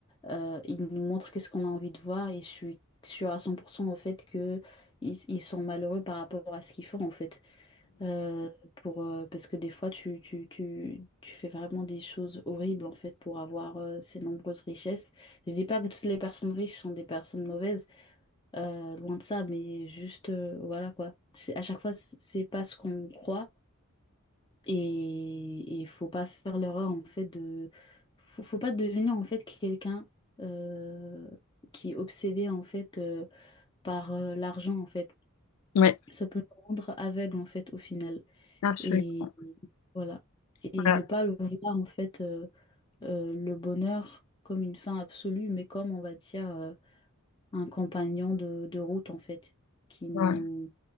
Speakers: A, on the left; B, on the left.
A: euh, ils nous montrent que ce qu'on a envie de voir et je suis sûre à 100% au fait que ils, ils sont malheureux par rapport à ce qu'ils font en fait. Euh, pour, euh, parce que des fois, tu, tu, tu, tu fais vraiment des choses horribles en fait pour avoir euh, ces nombreuses richesses. Je dis pas que toutes les personnes riches sont des personnes mauvaises, euh, loin de ça, mais juste euh, voilà quoi. C'est, à chaque fois, c'est c'est pas ce qu'on croit et il faut pas faire l'erreur en fait de faut, faut pas devenir en fait quelqu'un euh, qui est obsédé en fait euh, par euh, l'argent en fait.
B: ouais
A: Ça peut le rendre aveugle en fait au final.
B: absolument
A: Et voilà. Et
B: voilà.
A: ne pas le voir en fait euh, euh, le bonheur comme une fin absolue, mais comme on va dire euh, un compagnon de, de route en fait qui nous
B: Ouais.